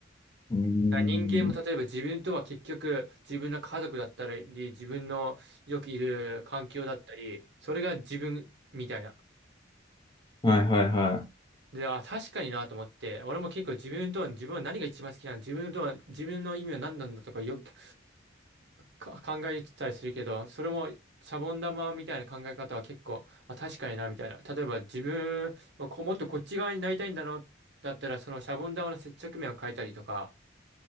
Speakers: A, on the left; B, on the right.
A: うん
B: だから人間も例えば自分とは結局自分の家族だったり、自分のよくいる環境だったり、それが自分みたいな。
A: はいはいは
B: で、あ、確かになと思って、俺も結構自分とは、自分は何が一番好きなの、自分とは、自分の意味は何なんだとかよくか考えてたりするけど、それもシャボン玉みたいな考え方は結構、あ、確かにな、みたいな。例えば自分はこう、もっとこっち側になりたいんだな、だったら、そのシャボン玉の接着面を変えたりとか、